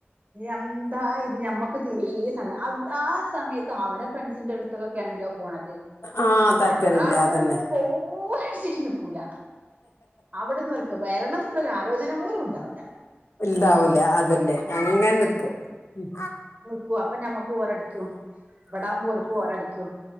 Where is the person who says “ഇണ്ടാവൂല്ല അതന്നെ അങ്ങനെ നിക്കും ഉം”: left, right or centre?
Left